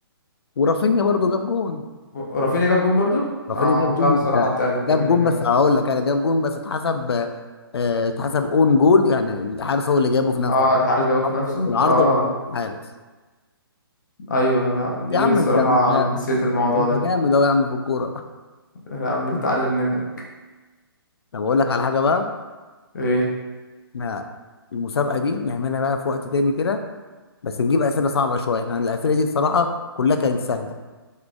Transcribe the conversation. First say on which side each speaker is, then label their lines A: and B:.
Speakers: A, on the left (about 85°); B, on the left (about 50°).
A: ورافينيا برضو جاب جون
B: و- ورافينيا جاب جون برضو
A: رافينيا
B: انا ما
A: جاب
B: كنتش
A: جون
B: عارف الصراحة
A: ده
B: التالت ده
A: جاب
B: مين
A: جون
B: اللي جاب
A: بس هقول لك انا جاب جون بس اتحسب آه، اتحسب اون جول يعني الحارس هو اللي جابه في نفسه
B: اه الحارس جابه في
A: خبطت
B: نفسه
A: في العارضه
B: اه
A: وخبطت في الحارس
B: ايوه لا دي
A: يا عم
B: صراحة
A: انت انت
B: نسيت الموضوع
A: انت
B: ده
A: جامد اهو يا عم في الكوره
B: لا بنتعلم منك
A: <laughs> طب اقول لك على حاجه بقى
B: ايه
A: احنا المسابقه دي نعملها بقى في وقت تاني كده بس نجيب اسئله صعبه شويه يعني الاسئله دي بصراحه كلها كانت سهله